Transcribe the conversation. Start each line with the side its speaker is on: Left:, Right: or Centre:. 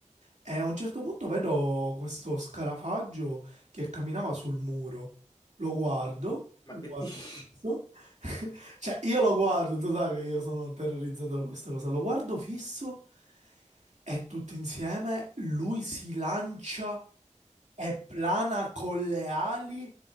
Right: e a un certo punto vedo questo scarafaggio che camminava sul muro. Lo guardo,
Left: Ma
Right: lo
Left: che
Right: guardo
Left: dici?
Right: fisso. <laughs> Cioè, io lo guardo, tu sai che io sono terrorizzato da questa cosa. Lo guardo fisso. E tutto insieme lui si lancia e plana con le ali